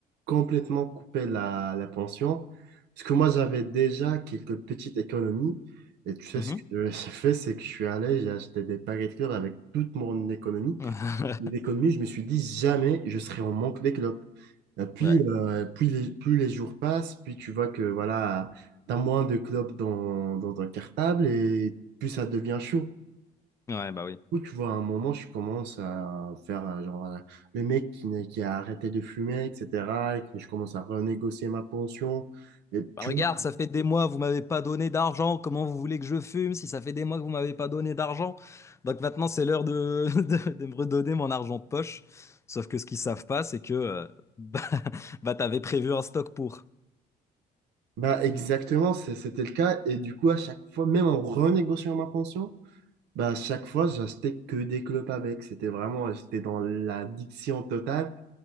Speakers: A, on the right (about 80°); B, on the left (about 15°).
A: complètement coupé la, la pension. Parce que moi, j'avais déjà quelques petites économies. Et tu sais,
B: Mhm.
A: ce que j'ai fait, c'est que je suis allé, j'ai acheté des paquets de clubs avec toute mon économie
B: <laughs>
A: les économies, je me suis dit jamais je serai en manque d'éclopes. Et Puis,
B: Ouais.
A: euh, puis les, plus les jours passent, puis tu vois que voilà, tu as moins de clopes dans, dans ton cartable et plus ça devient chaud.
B: Ouais, bah oui.
A: Ou tu vois, à un moment, je commence à faire euh, genre euh, le mec qui, n'a- qui a arrêté de fumer, etc. Et que je commence à renégocier ma pension. Et
B: Bah
A: tu
B: regarde,
A: vois,
B: ça fait des mois, vous m'avez pas donné d'argent, comment vous voulez que je fume si ça fait des mois que vous m'avez pas donné d'argent? Donc maintenant, c'est l'heure de, <laughs> de, de me redonner mon argent de poche. Sauf que ce qu'ils savent pas, c'est que euh, <laughs> bah, bah, t'avais prévu un stock pour.
A: bah exactement, c'est- c'était le cas. Et du coup, à chaque fois, même en renégociant ma pension, Bah, chaque fois, j'achetais que des clopes avec. C'était vraiment, j'étais dans l'addiction totale.